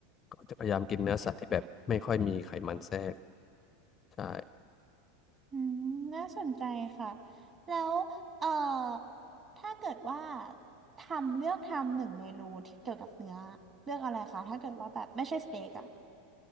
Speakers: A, on the left; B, on the right.
A: ก็จะพยายามกินเนื้อสัตว์ที่แบบไม่ค่อยมีไขมันแทรกใช่
B: อืมน่าสนใจค่ะแล้วเอ่อถ้าเกิดว่าทำเลือกทำหนึ่งเมนูที่เกี่ยวกับเนื้อเลือกอะไรคะถ้าเกิดว่าแบบไม่ใช่สเต็กอะ